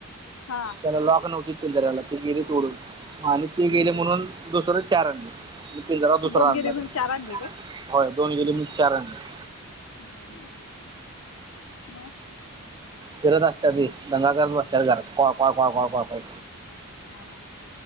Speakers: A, on the left; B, on the right.
A: हा
B: त्याला लॉक नव्हती. ते गेले तोडून आणि ते गेले म्हणून दुसर चार आणल आणि पिजरा दुसरा
A: दोन
B: आणला.
A: गिरीहून
B: त्याला.
A: चार आणले
B: होय दोन गेले म्हणून चारा आणले.
A: हं म
B: फिरत असत्या की दंगा करात बसतात घरात कॉय, कॉय, कॉय, कॉय, कॉय
A: हा